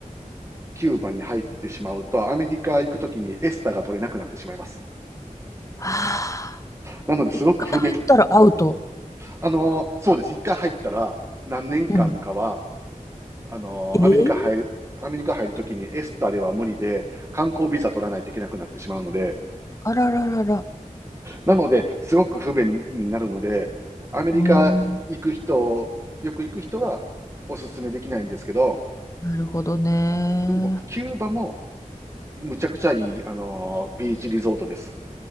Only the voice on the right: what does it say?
キューバに入ってしまうと、アメリカ行くときにエスタが取れなくなってしまいます。
なので、すごく不便。
あのーそうです。一回入ったら、何年間かは、
あの、
アメリカ入る、アメリカ入るときにエスタでは無理で、観光ビザ取らないといけなくなってしまうので、
なので、すごく不便になるので、アメリカ行く人、
よく行く人はおすすめできないんですけど、
でも、キューバもむちゃくちゃいい、あの、ビーチリゾートです。